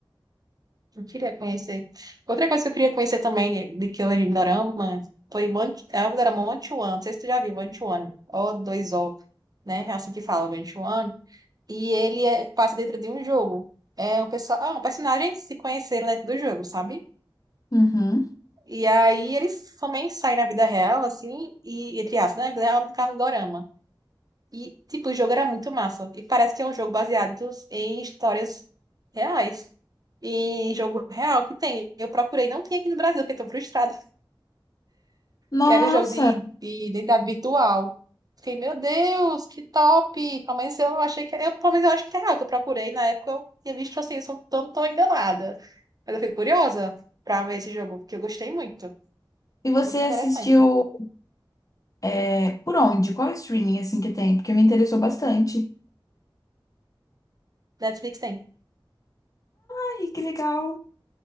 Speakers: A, on the right (about 45°); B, on the left (about 40°).
A: Eu queria conhecer. Outra coisa que eu queria conhecer também, de, de que eu vejo em Dorama, foi Monte, era Monte One, não sei se tu já viu, Monte One, o dois o né? É assim que fala, Monte One. E ele é- passa dentro de um jogo. É um, pessoal, ah, um personagem se conheceram dentro do jogo, sabe?
B: Uhum.
A: E aí eles também saem na vida real, assim, e entre aspas, né? Na vida real, no caso do Dorama. E, tipo, o jogo era muito massa. E parece que é um jogo baseado dos- em histórias reais. Em jogo real que tem. Eu procurei, não tem aqui no Brasil, porque eu tô frustrada.
B: Nossa,
A: Que era o jogo de, de identidade virtual. Fiquei, meu Deus, que top! Pelo menos eu achei que. Eu, pelo menos eu acho que é real que eu procurei. Na época eu tinha visto assim, eu sou- tô, tô enganada. Mas eu fiquei curiosa pra ver esse jogo, porque eu gostei muito.
B: e você
A: Muito interessante.
B: assistiu. É, por onde? Qual é o streaming assim que tem? Porque me interessou bastante.
A: Netflix tem.
B: Ai, que legal.